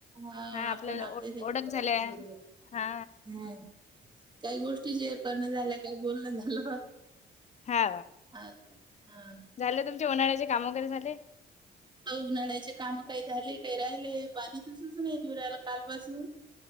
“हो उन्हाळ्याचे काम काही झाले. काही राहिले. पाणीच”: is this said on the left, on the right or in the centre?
Right